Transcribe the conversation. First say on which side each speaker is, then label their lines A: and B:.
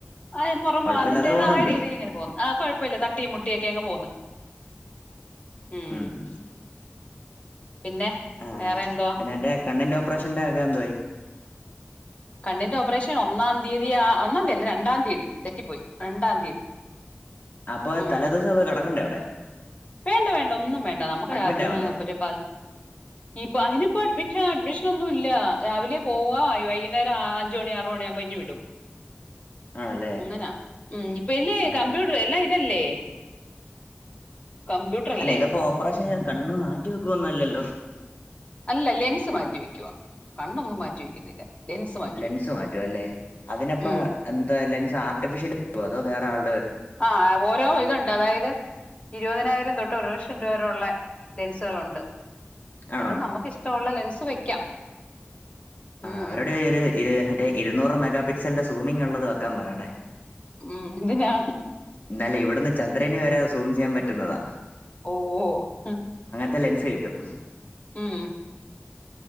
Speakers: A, on the left; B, on the left.
A: ആയ് മോറമോ
B: കൊഴപ്പല്ലാതെ
A: അതിന്റേതായ
B: പോകുന്നുണ്ട്
A: രീതിയിൽ ഇങ്ങനെ പോകുന്നു. ആഹ് കുഴപ്പല്ല തട്ടിയും മുട്ടിയൊക്കെ അങ്ങ് പോകുന്നു. ഉം
B: ഉമ്
A: പിന്നെ
B: ആഹ്
A: വേറെ എന്തുവാ
B: പിന്നന്റെ കണ്ണിൻ്റെ ഒപ് പ്രഷൻ്റെ കാര്യം എന്തോയി
A: കണ്ണിന്റെ ഓപ്പറേഷൻ ഒന്നാം തീയതി ആഹ് ഒന്നാം തീയതി അല്ല രണ്ടാം തീയതി തെറ്റിപ്പോയി രണ്ടാം തീയതി
B: അപ്പൊ
A: ഉം
B: തലേദിവസം പോയി കിടക്കണ്ടേ അവിടെ?
A: വേണ്ട വേണ്ട ഒന്നും വേണ്ട നമുക്ക്
B: അഡ്മിറ്റ്
A: അവുടുന്ന്
B: ആവണ്ടേ
A: മറ്റേ പ ഇപ്പൊ അയിനിപ്പോ അഡ്മി അഡ്മിഷൻ ഒന്നും ഇല്ല രാവിലെ പോവാ അ വൈകുന്നേരം ആഹ് അഞ്ചുമണി ആറുമണി യാകുമ്പോ ഇങ്ങ് വിടും.
B: ആണല്ലേ
A: അങ്ങനാ ഉമ് ഇപ്പൊ ഇല്ലേ
B: ആഹാ
A: കമ്പ്യൂട്ടർ എല്ലാം ഇപ്പ ഇതല്ലേ? കമ്പ്യൂട്ടറല്ലേ
B: അല്ല ഇതപ്പോ ഓപ്പറേഷൻ കണ്ണ് മാറ്റി വെക്കുന്നല്ലല്ലോ
A: അല്ല ലെൻസ് മാറ്റി വെക്കുവാ. കണ്ണൊന്നും മാറ്റി വെക്കുന്നില്ല. ലെൻസ് മാറ്റി
B: ലെൻസ്
A: വെക്കും
B: മാറ്റുവല്ലേ. അതിനപ്പ
A: ഉം
B: എന്താ ലെൻസ് ആർട്ടിഫിഷ്യൽ അതോ വേറെ ആൾ
A: ആഹ് ഓരോ ഇതോ ണ്ടതായത് ഇരുപതിനായിരം തൊട്ട് ഒരു ലക്ഷം രൂപരെഒള്ളെ ലെൻസുകളൊണ്ട്.
B: ആണോ
A: അത് നമ്മക്കിഷ്ടൊള്ള ലെൻസ് വെക്കാം.
B: ആഹ്
A: ഉം
B: അവരോട് ഇരു ഇര് മറ്റേ ഇരുന്നൂറ് മെഗാ പിക്സല്ന്റെ സൂമിംഗ്ള്ളത് വെക്കാൻ പറയണേ.
A: ഉം എന്തിനാ?
B: ഇന്നാല്ലെ ഇവിട്ന്ന് ചന്ദ്രനെ വരെ സൂമ് ചെയ്യാൻ പറ്റുന്നതാ.
A: ഓഹ് ഓഹ് ഹ്
B: ത ലെൻസ് കിട്ടും.
A: ഉം